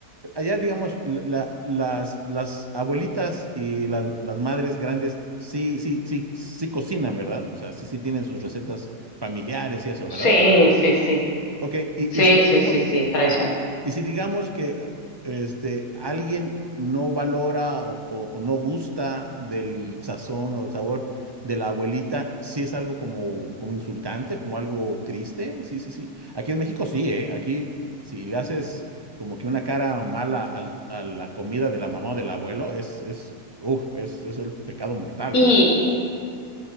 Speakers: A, on the right; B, on the left.
A: Allá, digamos, la- las, las abuelitas y las, las madres grandes sí, sí, sí, sí cocinan, ¿verdad? O sea, sí, sí tienen sus recetas familiares y eso,
B: Sí,
A: ¿verdad?
B: sí, sí,
A: Ok, y,
B: sí,
A: y si digamos,
B: sí, sí, sí, es tradición.
A: y si, y si digamos que eh, este, alguien no valora o, o- o no gusta del sazón o sabor de la abuelita, sí es algo como, como insultante, como algo triste, sí, sí, sí. Aquí en México sí, ¿eh? Aquí si le haces como que una cara mala al- a la comida de la mamá o del abuelo, es, es, uf, es, es el pecado mortal,
B: Y
A: ¿eh?